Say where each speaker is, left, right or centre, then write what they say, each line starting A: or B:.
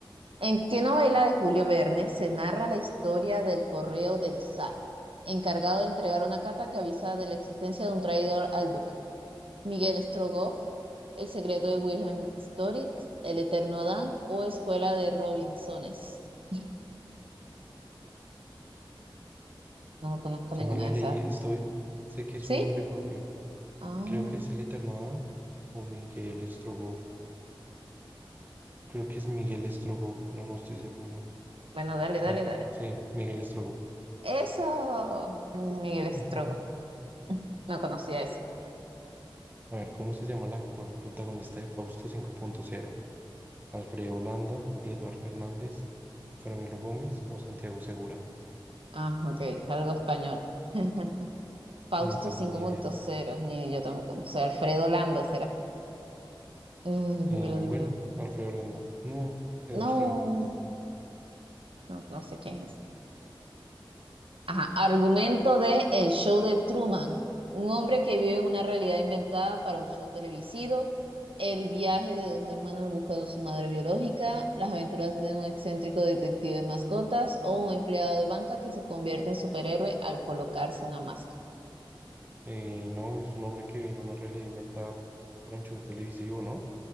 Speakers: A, on the right; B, on the right.
A: ¿En qué novela de Julio Verne se narra la historia del correo del zar, encargado de entregar una carta que avisa de la existencia de un traidor al duque? ¿Miguel Strogoff, El secreto de Wilhelm Storitz, El eterno Adán o Escuela de Robinsones? <laughs> No conozco
B: sea,
A: ninguna
B: me la
A: vez.
B: leí, estoy, sé que es
A: ¿Sí?
B: un nombre propio.
A: Ah,
B: Creo que es el Eterno Adam o Miguel Strogoff. Creo que es Miguel Strogoff, pero no estoy seguro.
A: bueno, dale, dale,
B: Bueno,
A: dale.
B: sí, Miguel Strogoff.
A: Eso, Miguel
B: <laughs>
A: Strogoff. <laughs> No conocía eso.
B: A ver, ¿cómo se llama el actor protagonista de Fausto cinco punto cero? Alfredo Holanda, Eduard Fernández, Carmelo Gómez o Santiago Segura.
A: Ah, ok, algo español. <laughs>
B: Si
A: Fausto
B: no tengo
A: cinco
B: ni
A: punto
B: idea.
A: cero ni yo tampoco, no sé, Alfredo Landa, ¿será? Eh,
B: Eh,
A: dímelo, dímelo.
B: bueno, Alfredo Holanda. No, Eduard
A: No,
B: Fernández.
A: no, no sé quién es. Ajá, argumento de El show de Truman. Un hombre que vive en una realidad inventada para un show televisivo. El viaje de dos hermanos en busca de su madre biológica. Las aventuras de un excéntrico detective de mascotas. O un empleado de banca que se convierte en superhéroe al colocarse una máscara.
B: Eh, no, es un hombre que viene en una realidad inventada para un show televisivo, ¿no?